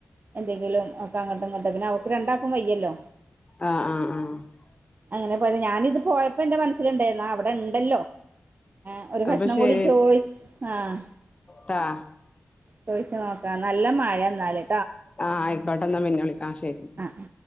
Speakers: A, on the right; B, on the left.
A: എന്തെങ്കിലും ഒക്കെ അങ്ങോട്ടും ഇങ്ങോട്ട് പിന്നെ അവക്ക് രണ്ടാക്കും വയ്യല്ലോ
B: ആഹ് ആഹ് ആഹ്
A: അങ്ങനെ പോയത് ഞാനിത് പോയപ്പോ എന്റെ മനസ്സിലുണ്ടായിരുന്നു അവിടെ ഇണ്ടല്ലോ ആഹ് ഒരു കഷ്ണം
B: അപ്പൊ ശരി
A: കൂടി ചോയി ആഹ്
B: ട്ടാ
A: ചോയിച്ച് നോക്കാം നല്ല മഴെന്നാല്.
B: ആഹ് ആയിക്കോട്ടെന്നാ പിന്നെ വിളിക്ക ആഹ് ശരി
A: അഹ്